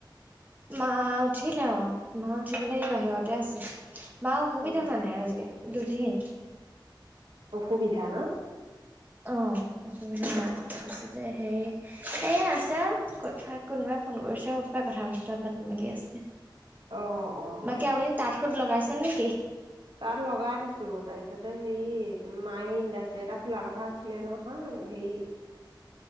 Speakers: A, on the right; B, on the right.
A: মা উঠিলে অ', মা উঠি পেলাই এই বাহিৰতে আছে। মা অসুবিধা
B: অ',
A: মানে আজি, দুদিন।
B: অসুবিধা ন।
A: অ' অসুবিধা মা, তাৰপিছতে হেৰি এ আছে আৰু কত। থাক কোনোবাই ফোন কৰিছে হবপায় কথা-বতৰা পাতি মেলি আছে।
B: অ', অ',
A: বাকী আপুনি তাঁত সুত লগাইছে নেকি?
B: তাত লগাই থৈছো, তাৰপিছতে হেৰি তুম মায়ে ইণ্ডাষ্ট্ৰী এটা খোলা কথা আছিলে নহয়। হেৰি